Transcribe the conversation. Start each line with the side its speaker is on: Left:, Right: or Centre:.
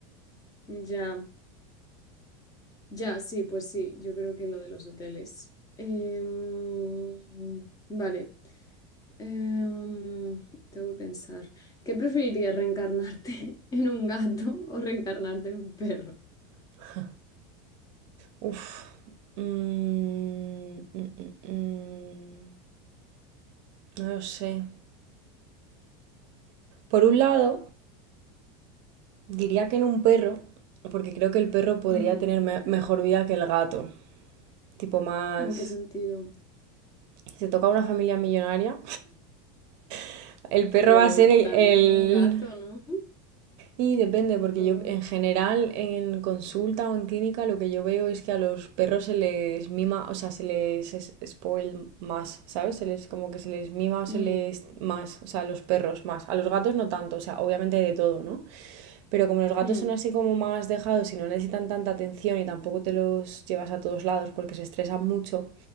Left: ya, ya, sí, pues sí, yo creo que lo de los hoteles. Em, vale, em, tengo que pensar. ¿Qué preferirías, reencarnarte <laughs> en un gato o reencarnarte en un perro?
Right: <laughs> Uf. Mm, mm, mm, mm. No lo sé. Por un lado, diría que en un perro, porque creo que el perro podría
Left: Ujú, ujú.
Right: tener me- mejor vida que el gato. Tipo más...
Left: ¿En qué sentido?
Right: Si te toca una familia millonaria, <laughs> el perro
Left: Pero
Right: va a ser
Left: también
Right: el... el-
Left: como un gato, ¿no?
Right: Y depende, porque
Left: O-
Right: yo en general en consulta o en clínica lo que yo veo es que a los perros se les mima, o sea, se les es- spoil más, ¿sabes? Se les como que se les mima o se
Left: mm,
Right: les más, o sea, a los perros más. A los gatos no tanto, o sea, obviamente hay de todo, ¿no? Pero como los gatos
Left: mm,
Right: son así como más dejados y no necesitan tanta atención y tampoco te los llevas a todos lados porque se estresan mucho,